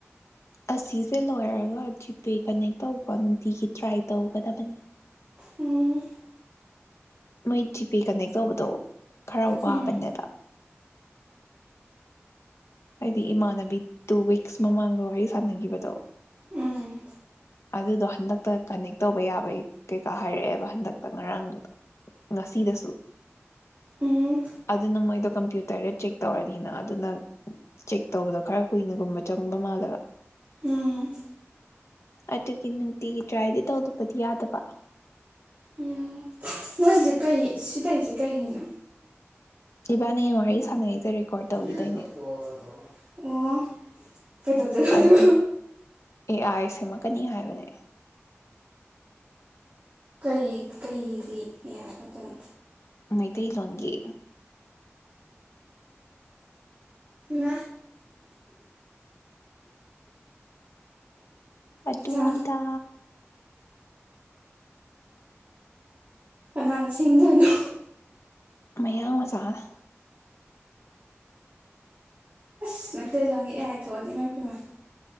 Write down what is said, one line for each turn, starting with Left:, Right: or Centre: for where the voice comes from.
Left: ꯑꯁꯤꯁꯦ ꯂꯣꯏꯔꯒ ꯖꯤꯄꯦ ꯀꯅꯦꯛ ꯇꯧꯕ ꯅꯨꯡꯇꯤꯒꯤ ꯇ꯭ꯔꯥꯏ ꯇꯧꯒꯗꯕꯅꯤ
Right: ꯎꯝ
Left: ꯃꯣꯏ ꯖꯤꯄꯦ ꯀꯅꯦꯛ ꯇꯧꯕꯗꯣ ꯈꯔ ꯋꯥꯕꯅꯦꯕ
Right: ꯎꯝ
Left: ꯑꯩꯗꯤ ꯏꯃꯥꯟꯅꯕꯤ ꯇꯨ ꯋꯤꯛꯁ ꯃꯃꯥꯡꯗ ꯋꯥꯔꯤ ꯁꯥꯟꯅꯒꯤꯕꯗꯣ
Right: ꯎꯝ
Left: ꯑꯗꯨꯗꯣ ꯍꯟꯗꯛꯇ ꯀꯅꯦꯛ ꯇꯧꯕ ꯌꯥꯕꯒꯤ ꯀꯩꯀꯥ ꯍꯥꯏꯔꯛꯑꯦꯕ ꯍꯟꯗꯛꯇ ꯉꯔꯥꯡ ꯉꯁꯤꯗꯁꯨ
Right: ꯎꯝ
Left: ꯑꯗꯨꯅ ꯃꯣꯏꯗꯣ ꯀꯝꯄ꯭ꯌꯨꯇꯔꯗ ꯆꯦꯛ ꯇꯧꯔꯅꯤꯅ ꯑꯗꯨꯅ ꯆꯦꯛ ꯇꯧꯕꯗꯣ ꯈꯔ ꯀꯨꯏꯅꯒꯨꯝꯕ ꯆꯪꯕ ꯃꯥꯜꯂꯦꯕ
Right: ꯎꯝ
Left: ꯑꯗꯨꯒꯤ ꯅꯨꯡꯇꯤꯒꯤ ꯇ꯭ꯔꯥꯏꯗꯤ ꯇꯧꯗꯕꯗꯤ ꯌꯥꯗꯕ
Right: ꯎꯝ ꯃꯣꯏꯁꯦ ꯀꯩ ꯁꯤ ꯇꯧꯔꯤꯁꯦ ꯀꯩꯒꯤꯅꯣ
Left: ꯏꯕꯥꯅꯤ ꯋꯥꯔꯤ ꯁꯥꯟꯅꯩꯁꯦ ꯔꯦꯀꯣꯔꯠ ꯇꯧꯒꯤꯗꯣꯏꯅꯦ
Right: ꯂꯦꯝꯗꯣ ꯄꯣꯔ ꯊꯧꯔꯛꯑꯣ ꯑꯣ ꯀꯩꯗꯧꯗꯣꯏꯕ ꯑꯗꯨꯒ
Left: ꯑꯗꯨ ꯑꯦ ꯑꯥꯏ ꯁꯦꯝꯃꯛꯀꯅꯤ ꯍꯥꯏꯕꯅꯦ
Right: ꯀꯩ ꯀꯩꯒꯤ ꯌꯥꯏꯕ ꯃꯇꯝ
Left: ꯃꯩꯇꯩꯂꯣꯟꯒꯤ
Right: ꯃ
Left: ꯑꯗꯨꯅꯤꯗꯥ
Right: ꯑꯠꯆꯥ ꯀꯅꯥ ꯁꯦꯝꯗꯣꯏꯅꯣ
Left: ꯃꯌꯥꯡ ꯃꯆꯥꯅ
Right: ꯁꯃꯥꯏ ꯇꯇꯩ ꯂꯪꯒꯤ ꯑꯦꯌꯥꯥꯏ ꯊꯣꯛꯑꯗꯤ ꯏꯃꯥꯏꯄꯦꯝꯃꯥ